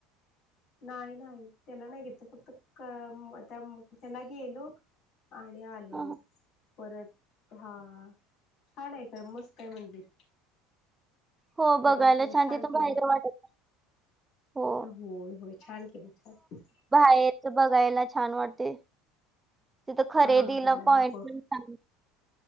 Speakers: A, on the left; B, on the right.
A: नाही नाही त्याला नाही घेतो फक्त त्या ह्याला गेलो. आणि आलो
B: अहं.
A: परत हा छान आहे खरं मस्त आहे मंदिर.
B: हो
A: तिथ
B: बघायला
A: म सगळं छान
B: तिथं
A: केलंय.
B: बाहेर वाटत हो
A: होय होय छान केले छान.
B: बाहेर बघायला छान वाटते तिथं खरेदीला
A: हा हा
B: पॉइंट
A: ब
B: पण चांगला.